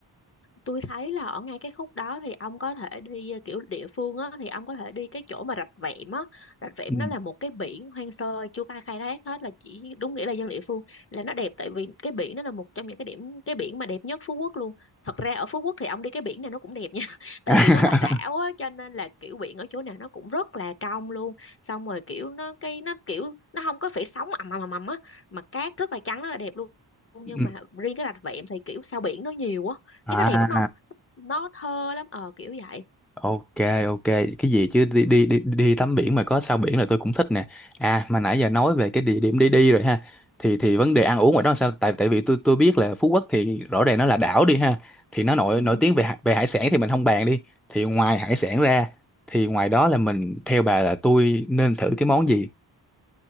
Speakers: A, on the left (about 35°); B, in the centre.
A: tôi thấy là ở ngay cái khúc đó thì ông có thể đi ờ, kiểu địa phương á thì ông có thể đi cái chỗ mà rạch vẹm á rạch vẹm
B: Ừ.
A: nó là một cái biển hoang sơ chưa ai khai thác hết là chỉ đúng nghĩa là dân địa phương là nó đẹp tại vì cái biển nó là một trong những cái điểm cái biển mà đẹp nhất Phú Quốc luôn thật ra ở Phú Quốc thì ông đi cái biển này nó cũng đẹp nha <laughs> tại
B: <laughs>
A: vì nó là đảo á cho nên là kiểu biển ở chỗ nào nó cũng rất là trong luôn xong rồi kiểu nó cái nó kiểu nó không có phải sóng ầm ầm ầm ầm á mà cát rất là trắng rất là đẹp luôn nhưng
B: Ừ.
A: mà riêng cái rạch vẹm thì kiểu sao biển nó nhiều á
B: À
A: cái nó đẹp đúng không nó thơ lắm ờ kiểu vậy
B: Ok ok cái gì chứ đi đi đi đi tắm biển mà có sao biển là tôi cũng thích nè. À mà nãy giờ nói về cái địa điểm đi đi rồi ha. Thì thì vấn đề ăn uống ngoài đó là sao? Tại tại vì tôi tôi biết là Phú Quốc thì rõ ràng nó là đảo đi ha. Thì nó nổi
A: ừ.
B: nổi tiếng về hải- về hải sản thì mình không bàn đi. Thì ngoài hải sản ra thì ngoài đó là mình theo bà là tôi nên thử cái món gì?